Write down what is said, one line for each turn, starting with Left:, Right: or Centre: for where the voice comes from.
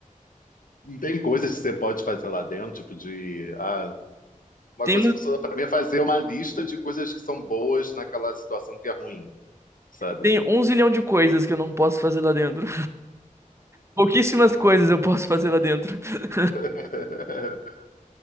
Left: não tem coisas que você pode fazer lá dentro, tipo de, ah, Uma
Right: Tem,
Left: coisa
Right: um-
Left: que funciona para mim é fazer uma lista de coisas que são boas naquela situação que é ruim, sabe?
Right: tem um zilhão de coisas que eu não posso fazer lá dentro. Pouquíssimas coisas eu posso fazer lá dentro, <laughs>
Left: <laughs>